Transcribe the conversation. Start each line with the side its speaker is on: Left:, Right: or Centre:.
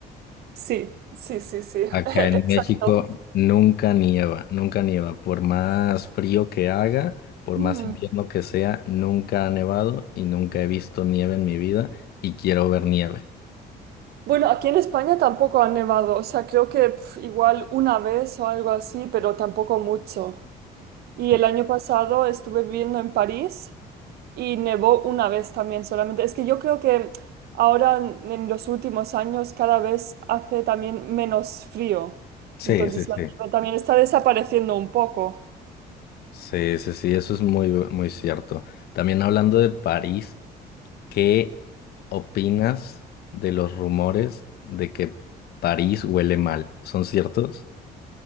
Right: Sí, sí, sí, sí, <laughs>
Left: Acá
Right: exacto.
Left: en México nunca nieva, nunca nieva. Por más frío que haga, por
Right: Mm.
Left: más invierno que sea, nunca ha nevado y nunca he visto nieve en mi vida y quiero ver nieve.
Right: Bueno, aquí en España tampoco ha nevado, o sea, creo que pf, igual una vez o algo así, pero tampoco mucho. Y
Left: O-
Right: el año pasado estuve viviendo en París y nevó una vez también solamente. Es que yo creo que ahora en en los últimos años cada vez hace también menos frío.
Left: Sí,
Right: Entonces
Left: sí, sí.
Right: la nieve también está desapareciendo un poco.
Left: Sí, sí, sí, eso es muy, muy cierto. También hablando de París, ¿qué opinas de los rumores de que París huele mal? ¿Son ciertos?